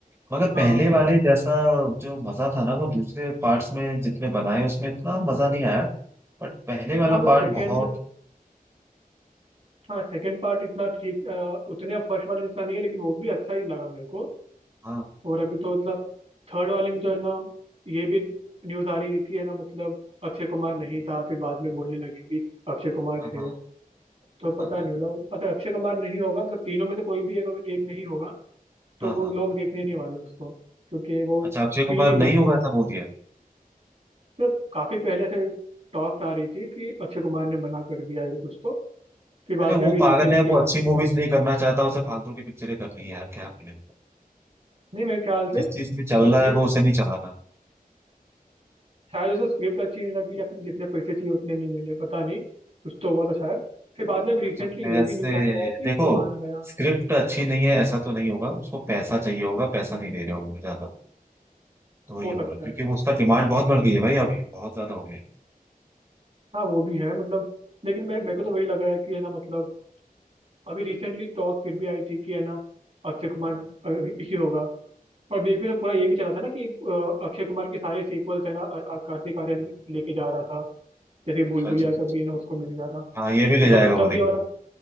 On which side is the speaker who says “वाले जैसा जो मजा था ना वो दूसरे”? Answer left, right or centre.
Right